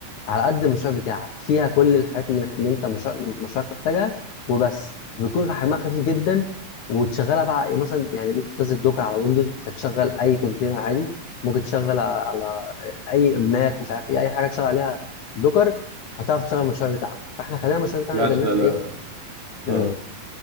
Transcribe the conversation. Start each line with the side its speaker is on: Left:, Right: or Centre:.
Left: على قد المشروع بتاعك فيها كل الحاجات اللي, محت... اللي انت مشا- مشروعك محتاجها وبس بيكون حجمها خفيف جدا وتشغلها بقى إيه مثلا يعني ممكن تنزل دوكر على ويندوز فتشغل اي كونتينر عادي ممكن تشغل على على اي ماك مش عارف ايه اي حاجه تشغل عليها دوكر هتعرف تشغل المشروع بتاعنا فاحنا خلينا المشروع بتاعنا
Right: لا
Left: يقدر ان
Right: ده
Left: احنا
Right: انا
Left: ايه مم.
Right: آه.